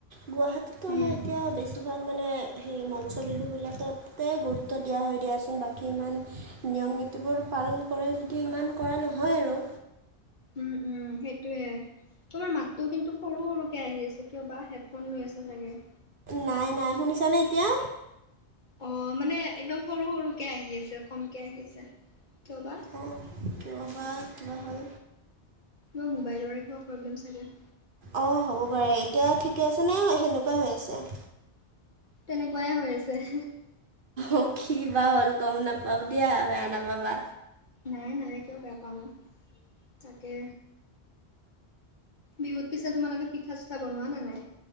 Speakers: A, on the right; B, on the left.
A: গুৱাহাটীততো
B: উম
A: আমাৰ এতিয়া বেছিভাগ মানে সেই মঞ্চ বিহুবিলাক তে গুৰুত্ব দিয়া হৈ দিয়াচোন বাকী ইমান নিয়ম নীতিবোৰ পালন কৰে যদিও ইমান কৰা নহয় আৰু
B: উম উম সেইটোয়ে তোমাৰ মাতটো কিন্তু সৰু সৰুকে আহি আছে কিয় বা হেডফোন লৈ আছা চাগে
A: নাই নাই শুনিছানে এতিয়া
B: অ মানে একদম সৰু সৰুকে আহি আছে কমকে আহি আছে কিয় বা
A: অ কিয় বা কিবা হ'ল।
B: মোৰ মোবাইলৰে কিবা প্ৰব্লেম চাগে
A: অ হ'ব পাৰে এতিয়া ঠিকে আছে নে সেনেকুৱাই হৈ আছে।
B: তেনেকুৱাই হৈ আছে‌।
A: অ কি বা হ'ল গম নাপাও দিয়া বেয়া নাপাবা
B: নাই নাই কিয় বেয়া পাম তাকে বিহু পিছত তোমালোকে পিঠা চিঠা বনোৱা নে নাই?